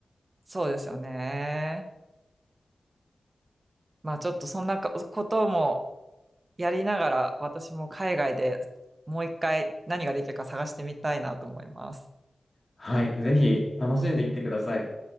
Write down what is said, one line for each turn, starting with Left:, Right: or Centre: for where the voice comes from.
Right: そうですよね。まあちょっとそんなかこともやりながら私も海外でもう一回何ができるか探してみたいなと思います。
Left: はい。ぜひ、楽しんできてください。